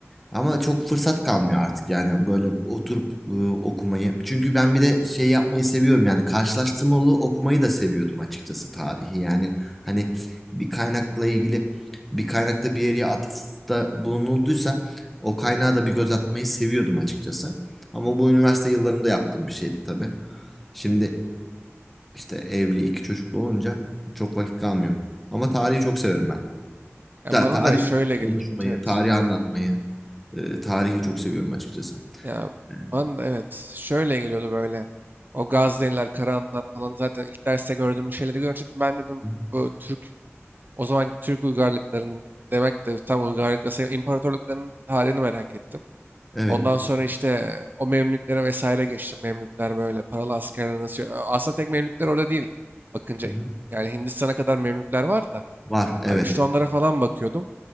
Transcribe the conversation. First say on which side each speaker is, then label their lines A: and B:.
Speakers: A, in the centre; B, on the right.
A: Ama çok fırsat kalmıyor artık yani böyle oturup e, okumayı. Çünkü ben bir de şey yapmayı seviyorum yani karşılaştırmalı okumayı da seviyordum açıkçası tarihi. Yani hani bir kaynakla ilgili bir kaynakta bir yere atıfta bulunulduysa o kaynağa da bir göz atmayı seviyordum açıkçası. Ama bu üniversite yıllarında yaptığım bir şeydi tabii. Şimdi işte evli iki çocuklu olunca çok vakit kalmıyor. Ama tarihi çok severim ben.
B: Ya
A: Ta-
B: bana
A: Tarih
B: da şöyle geliyordu.
A: konuşmayı,
B: Evet. evet.
A: tarihi anlatmayı, e, tarihi çok seviyorum açıkçası.
B: Ya
A: Hı
B: bana da evet şöyle geliyordu böyle. O Gazneliler, Karahanlılar falan zaten ilk derste gördüğüm şeyleri görünce dedim, ben dedim
A: hı.
B: bu Türk O zamanki Türk uygarlıklarının demek de tam uygarlıkla sayılır. İmparatorluklarının tarihini merak ettim.
A: Evet.
B: Ondan sonra işte o Memlüklere vesaire geçtim. Memlükler böyle paralı askerler nasıl... Aslında tek Memlükler orada değil. Bakınca
A: Hı hı.
B: yani Hindistan'a kadar Memlükler var da.
A: Var. Evet.
B: Abi işte onlara falan bakıyordum.